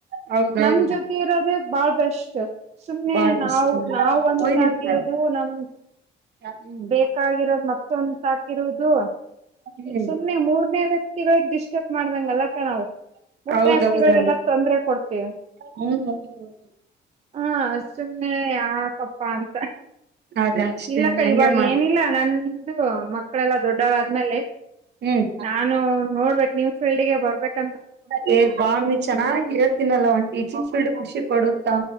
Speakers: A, on the right (about 60°); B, on the right (about 35°).
A: ಹೌದೌದು
B: ನಮ್ ಜೊತೆ ಇರೋದ ಬಾಳ್ದಷ್ಟ್ ಸುಮ್ಮ್ನೆ
A: ಬಾಳ
B: ನಾವ್
A: ಇಷ್ಟ
B: ನಾವು ಅಂತ
A: ಒಯ್ದಿಡ್ತ
B: ಹಾಕಿರೋದು ನಮ್
A: ಹ್ಮ್
B: ಬೇಕಾಗಿರೋದು ಮತ್ತೊಂದು ಸಾಕಿರುದು
A: ಹ್ಮ್
B: ಸುಮ್ನೆ ಮೂರನೇ ವ್ಯಕ್ತಿಗಳಿಗೆ ಡಿಸ್ಟ್ರೆಬ್ ಮಾಡ್ದಂಗಲ್ಲ ಕಣವು ಮೂರ್ನೇ
A: ಹೌದೌದ
B: ಹಕ್ತಿರಾಗಲ್ಲ ತೊಂದ್ರೆ ಕೊಡ್ತೇವಿ
A: ಹ್ಮ್ ಹ್ಮ್
B: ಹಾ ಅಷ್ಟ್ಸುನೆ ಯಾ ಪಾನ್ಕ
A: ಅದ ಅಷ್ಟೇ
B: ಇಲ್ಲಕ್ಕ
A: ಹಂಗೆ
B: ಇವಾಗ
A: ಮಾಡ
B: ಏನಿಲ್ಲ ನಂದು ಮಕ್ಕಳೆಲ್ಲಾ ದೊಡ್ಡವರ್ ಆದ್ ಮೇಲೆ
A: ಹ್ಮ್
B: ನಾನೂ ನೋಡ್ಬೇಕ್ ನಿಮ್ಮ್ ಫೀಲ್ಡ್ ಗೆ ಬರ್ಬೇಕ
A: ಹೇ ಬಾಮಿ ಚೆನ್ನಾಗಿ ಹೇಳ್ತಿನಲ್ಲ ಒಂ ಟೀಚಿಂಗ್ ಫೀಲ್ಡ್ ಕುಶ್ <unintelligible> ಕೊಡು <unintelligible>